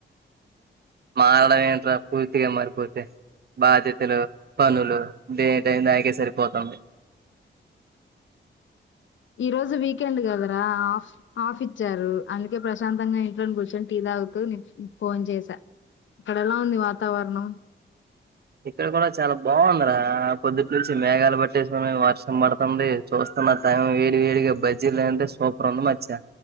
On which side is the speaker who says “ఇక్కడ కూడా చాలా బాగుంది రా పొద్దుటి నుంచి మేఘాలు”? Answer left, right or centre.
Right